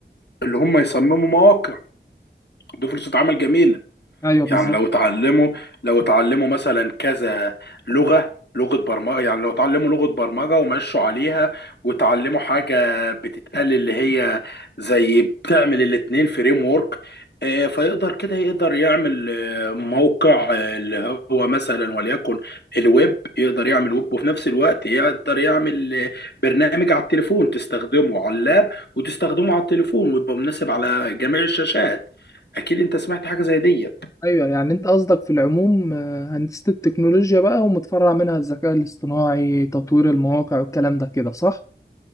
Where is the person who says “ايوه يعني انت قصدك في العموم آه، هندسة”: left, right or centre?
Left